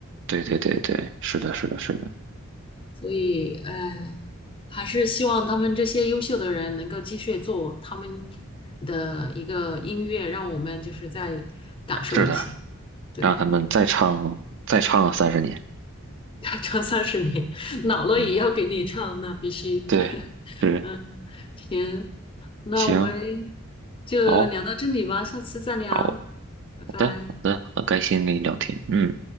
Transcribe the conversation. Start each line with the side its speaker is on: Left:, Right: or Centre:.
Right: 对对对对，是的，是的，是的，
Left: 所以，哎，还是希望他们这些优秀的人能够继续做他们的一个音乐，让我们就是再感受一些，
Right: 是的，
Left: 对，
Right: 让他们再唱再唱啊三十年。
Left: <laughs> 唱三十年，老了也要给你唱，
Right: 嗯，
Left: 那必须。
Right: 对，
Left: <laughs>
Right: 是，
Left: 嗯，行，那我们
Right: 行，
Left: 就聊到这里吧，
Right: 好，
Left: 下次再聊，
Right: 好
Left: 拜拜。
Right: 的，好的，很开心跟你聊天。嗯。